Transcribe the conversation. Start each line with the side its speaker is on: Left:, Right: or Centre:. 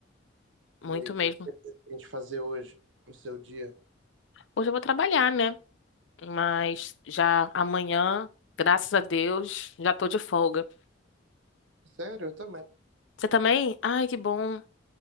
Left: Muito
Right: E aí, o
Left: mesmo.
Right: que que você pretende fazer hoje, no seu dia?
Left: Hoje eu vou trabalhar, né? Mas já amanhã, graças a Deus, já tô de folga.
Right: Sério, eu também.
Left: Você também? Ai, que bom.